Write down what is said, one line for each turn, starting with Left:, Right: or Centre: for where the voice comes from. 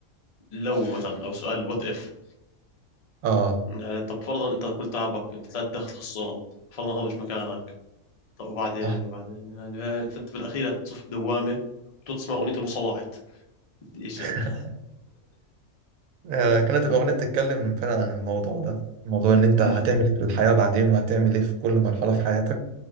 Left: لو مثلا أو سؤال وات إف
Right: آه
Left: يعني طب فرضا انت كل تعبك انت طلعت داخل تخصص غلط فرضا هذا مش مكانك طب وبعدين
Right: صح
Left: وبعدين يعني فا- فانت في الاخير تصف بدوامه وتسمع اغنيه البوصه ضاعت بدي ايش
Right: <laughs>
Left: يا زلمه
Right: آه، كانت الأغنية بتتكلم فعلا عن الموضوع ده موضوع إن أنت
Left: أمم.
Right: هتعمل إيه في الحياة بعدين وهتعمل إيه في كل مرحلة في حياتك